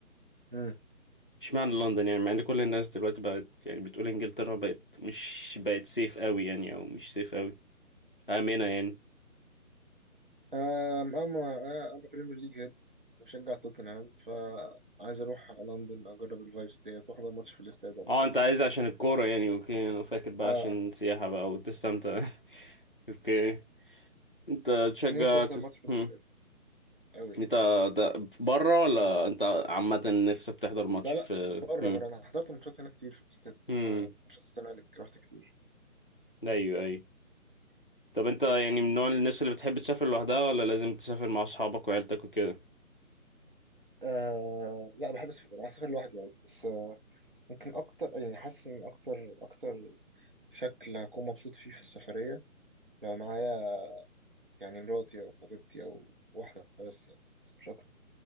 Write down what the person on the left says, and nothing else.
اشمعنى لندن يعني مع ان كل الناس دلوقتي بقت يعني بتقول انجلترا بقت مش بقت سيف قوي يعني او مش سيف قوي امنه يعني
اه
انت عايز
عشان الكوره يعني اوكي انا فاكر بقى
عشان سياحه بقى وتستمتع <laughs> اوكي انت تشجع
ت-
هم.
انت ده بره ولا انت عامه نفسك تحضر ماتش
في
هم.
هم.
ايوه ايوه طب انت يعني من نوع الناس اللي بتحب تسافر لوحدها ولا لازم تسافر مع اصحابك وعيلتك وكده